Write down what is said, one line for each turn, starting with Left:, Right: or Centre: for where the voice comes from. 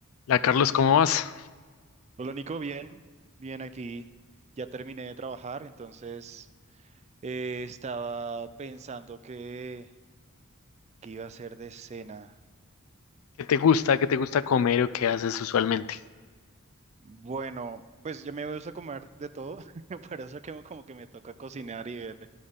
Left: La Carlos, ¿cómo vas?
Right: Hola Nico, bien, bien aquí. Ya terminé de trabajar, entonces eh, estaba pensando que, que iba a hacer de cena.
Left: ¿Qué te gusta? ¿Qué te gusta comer o qué haces usualmente?
Right: Bueno, pues yo me gusta comer de todo, <laughs> por eso que me- como que me toca cocinar y ver